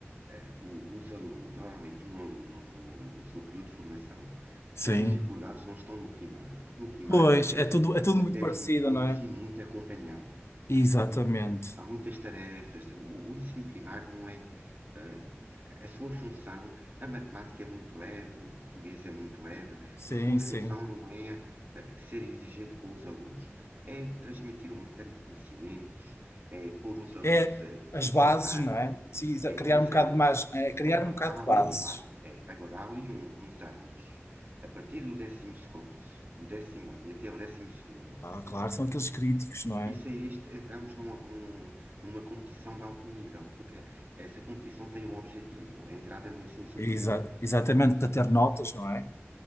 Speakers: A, on the right; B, on the left.
A: eh, o- os alu- normalmente um aluno no, no seu período de formação,
B: Sim.
A: as dificuldades não estão no primário, porque no primário
B: Pois,
A: até
B: é
A: um,
B: tudo, é tudo
A: até
B: muito parecido,
A: um, um
B: não
A: ensino
B: é?
A: muito acompanhado.
B: Exatamente.
A: O, eh, há muitas tarefas. O, o ensino primário não é, eh, a sua função, a matemática é muito leve, o português é muito leve,
B: Sim,
A: a sua função
B: sim.
A: não é, eh, ser exigente com os alunos, é transmitir uma série de conhecimentos, é pôr os alunos,
B: É
A: eh,
B: as
A: em
B: bases,
A: contacto,
B: não é? Sim, exa-
A: é,
B: criar
A: uma
B: um
A: série
B: bocado
A: de coisas.
B: mais, é criar
A: Agora,
B: um bocado
A: há
B: de bases.
A: ali, há, é, agora, há ali um- uns anos, a partir do décimo, seco- do décimo ano e até ao décimo segundo,
B: Ah, claro, são aqueles críticos, não é?
A: isso aí isto, entramos num- num- numa competição de alto nível, porque essa competição tem um objetivo, a entrada no ensino superior.
B: Exa- exatamente, para ter notas, não é?